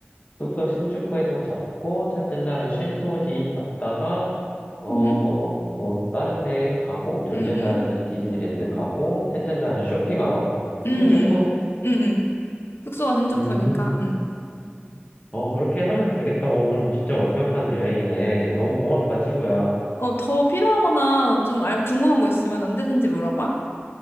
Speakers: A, on the left; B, on the left.
A: 숙소 신주쿠에서 잡고 첫째 날은 쉔소지 갔다가 어
B: 응?
A: 뭐 다른 데 가고 둘째
B: 응,
A: 날은
B: 응.
A: 디즈니랜드 가고 셋째 날은 쇼핑하러
B: 응,
A: 신주쿠?
B: 응. 응. 숙소가 신주쿠니까.
A: 음,
B: 응.
A: 어 그렇게 하면 되겠다. 오 그럼 진짜 완벽한 여행이네. 너무 고맙다 친구야.
B: 어, 더 필요하거나 좀 알, 궁금한 거 있으면 언제든지 물어봐.